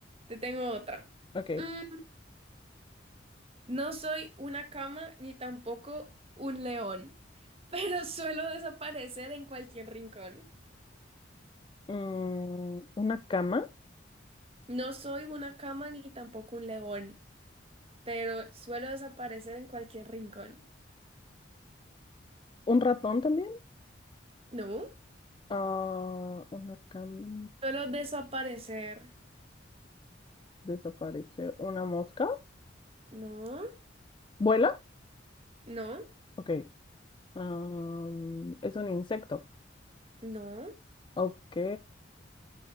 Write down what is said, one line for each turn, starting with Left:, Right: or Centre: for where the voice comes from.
Right: te tengo otra.
Left: ok.
Right: Mm, no soy una cama ni tampoco un león, pero <laughs> suelo desaparecer en cualquier rincón.
Left: Mm, una cama,
Right: No soy una cama ni tampoco un león, pero suelo desaparecer en cualquier rincón.
Left: un ratón también.
Right: ¿No?
Left: Ah, una cama
Right: Suelo desaparecer.
Left: desaparece. Una mosca.
Right: No,
Left: ¿Vuela?
Right: no,
Left: Ok. Am, es un insecto.
Right: no,
Left: Ok.